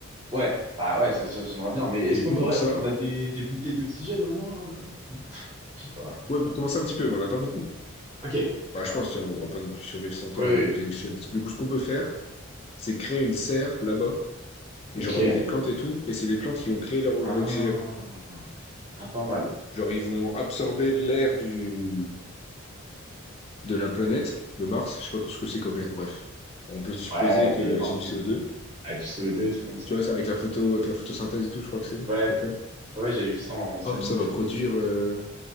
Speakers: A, on the right; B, on the left.
A: Ouais, bah ouais, ça, ça, j'aimerais bien. Mais
B: Et
A: est-ce
B: du
A: qu'on
B: coup,
A: aurait,
B: pour ça,
A: on a des, des bouteilles d'oxygène au moins? Je sais pas.
B: ouais, pour commencer un petit peu, mais on n'a pas beaucoup.
A: Ok,
B: Bah,
A: d'accord.
B: je pense qu'on on va pas non plus survivre cent
A: Oui,
B: ans avec des billets d'exchange. Du coup, ce qu'on peut faire, c'est créer une serre là-bas et
A: oui.
B: j'en
A: Ok.
B: remets des plantes et tout, et c'est les plantes qui vont créer leur- l'oxygène.
A: Ah, Ah, pas mal.
B: Genre, ils vont absorber l'air du, de la planète, de Mars, je sais pas trop ce que c'est comme air, bref. On peut supposer
A: Ouais, il
B: que
A: doit y avoir
B: c'est
A: du,
B: du CO2.
A: ah, du CO2, des trucs comme ça.
B: Tu vois, c'est avec la photo, avec la photosynthèse et tout, je crois que c'est,
A: Ouais,
B: ça s'appelle.
A: ouais, j'avais vu ça en scène
B: Hop, ça
A: de
B: va produire, euh,